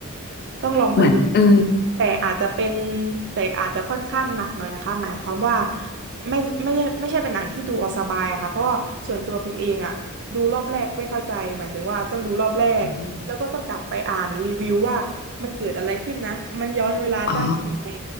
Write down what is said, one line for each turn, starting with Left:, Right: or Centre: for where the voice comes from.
Right: ต้องลองไปดู
Left: เหมือนเออ
Right: แต่อาจจะเป็นแต่อาจจะค่อนข้างหนักหน่อยนะคะหมายความว่าไม่ไม่ได้ไม่ใช่เป็นหนังที่ดูเอาสบายอะค่ะเพราะว่าส่วนตัวพิมพ์เองอะดูรอบแรกไม่เข้าใจหมายถึงว่าต้องดูรอบแรกแล้วก็ต้องกลับไปอ่านรีวิวว่ามันเกิดอะไรขึ้นนะมันย้อนเวลาได้ยังไง
Left: อืมอ๋อ